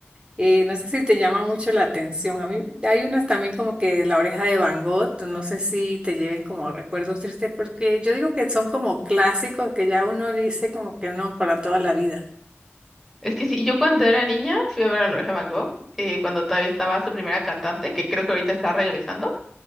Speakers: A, on the right (about 20°); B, in the centre.
A: Eh, no sé si te llama mucho la atención. A mí hay unas también como que La oreja de Van Gogh, no sé si te lleven como recuerdos tristes, porque yo digo que son como clásicos que ya uno dice como que no para toda la vida.
B: Es que sí, yo cuando era niña fui a ver a Loreja Van Gogh, eh, cuando todavía estaba su primera cantante, que creo que ahorita está regresando,